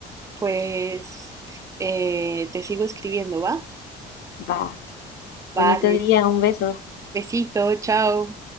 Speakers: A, on the right; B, on the left.
A: pues eh, te sigo escribiendo, ¿va?
B: Va. Bonito
A: Vale,
B: día, un beso.
A: besito, chao.